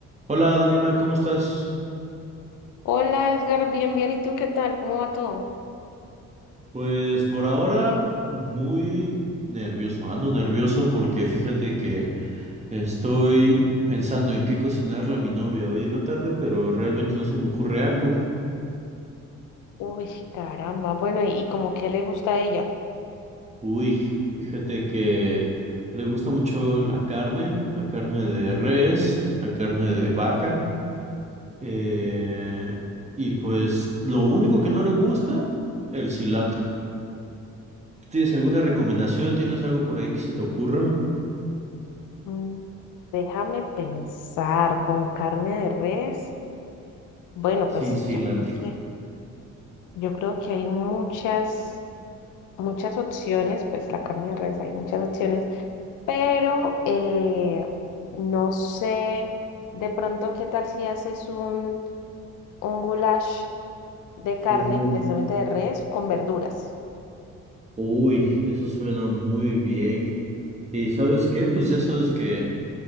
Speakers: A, on the right; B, on the left.
A: Hola Daniela, ¿cómo estás?
B: Hola Edgar, bien, bien. ¿Y tú qué tal? ¿Cómo va todo?
A: Pues por ahora muy nervioso, ando nervioso porque fíjate que estoy pensando en qué cocinarle a mi novia hoy en la tarde, pero realmente no se me ocurre algo.
B: Uy, caramba. Bueno, ¿y, y como qué le gusta a ella?
A: Uy, fíjate que le gusta mucho la carne, la carne de res, la carne de vaca, eh, y pues lo único que no le gusta, el cilantro. ¿Tienes alguna recomendación? ¿Tienes algo por ahí que se te ocurra?
B: Mm, Déjame pensar, con carne de res. Bueno,
A: Sin
B: pues
A: cilantro.
B: yo creo que, yo creo que hay muchas, muchas opciones, pues la carne de res hay muchas opciones, pero eh, no sé, de pronto, ¿qué tal si haces un, un goulash de carne,
A: Un gu.
B: precisamente de res, con verduras?
A: Uy, eso suena muy bien. ¿Y sabes qué? Pues ya sabes que